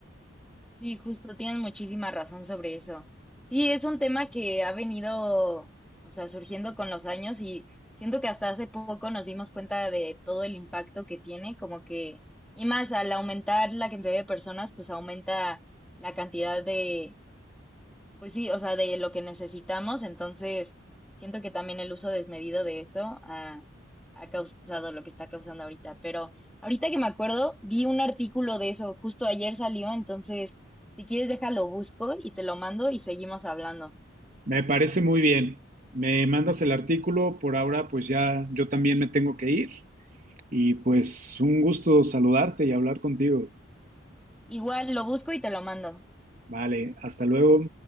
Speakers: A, in the centre; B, on the right.
A: Sí, justo, tienes muchísima razón sobre eso. Sí, es un tema que ha venido, o sea, surgiendo con los años y siento que hasta hace poco nos dimos cuenta de todo el impacto que tiene, como que, y más al aumentar la cantidad de personas, pues aumenta la cantidad de Pues sí, o sea, de lo que necesitamos, entonces siento que también el uso desmedido de eso ha, ha causado lo que está causando ahorita. Pero ahorita que me acuerdo, vi un artículo de eso, justo ayer salió, entonces si quieres déjalo busco y te lo mando y seguimos hablando.
B: Me parece muy bien. Me mandas el artículo, por ahora pues ya yo también me tengo que ir y pues un gusto saludarte y hablar contigo.
A: Igual lo busco y te lo mando.
B: Vale, hasta luego.